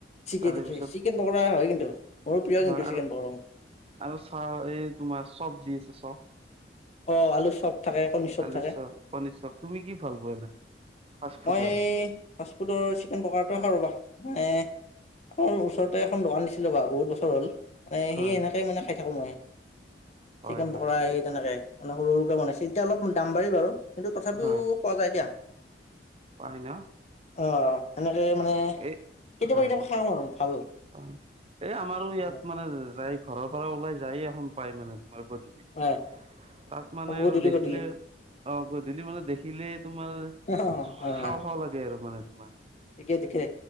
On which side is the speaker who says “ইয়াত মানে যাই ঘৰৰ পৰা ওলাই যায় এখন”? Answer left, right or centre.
Right